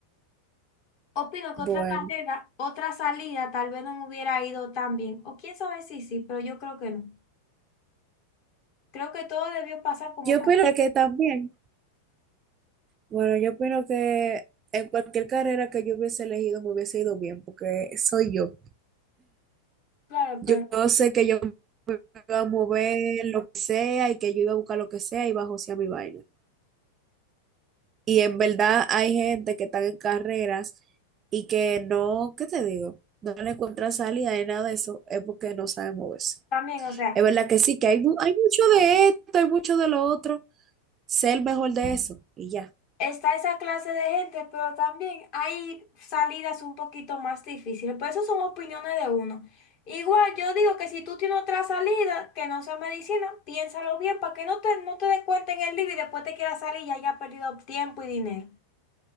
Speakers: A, on the left; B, on the right.
A: Opino que
B: Bueno,
A: otra carrera, otra salida, tal vez no me hubiera ido tan bien. O quién sabe si sí, pero yo creo que no. Creo que todo debió pasar como
B: yo
A: pasó.
B: opino que también, bueno, yo opino que en cualquier carrera que yo hubiese elegido me hubiese ido bien, porque soy yo.
A: Claro,
B: Yo,
A: pero
B: yo sé que yo me iba a mover lo que sea y que yo iba a buscar lo que sea y iba a josear mi vaina. Y en verdad hay gente que están en carreras y que no, ¿qué te digo? No le encuentra salida ni nada de eso, es porque no sabe moverse.
A: también, o sea.
B: Es verdad que sí, que hay, mu- hay mucho de esto, hay mucho de lo otro, sé el mejor de eso y ya.
A: Está esa clase de gente, pero también hay salidas un poquito más difíciles. Pero eso son opiniones de uno. Igual yo digo que si tú tienes otra salida que no sea medicina, piénsalo bien para que no te, no te des cuenta en el libro y después te quieras salir y hayas perdido tiempo y dinero.